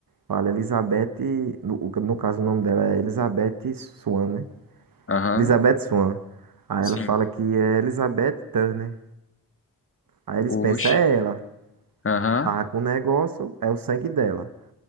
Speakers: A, on the right (about 70°); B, on the left (about 35°).
A: Fala Elizabeth, no, o- no caso o nome dela é Elizabeth Swan, né?
B: Aham,
A: Elizabeth Swan. Aí
B: sim.
A: ela fala que é Elizabeth Turner. Aí eles
B: Oxe,
A: pensam, é ela.
B: aham.
A: Tava com o negócio, é o sangue dela.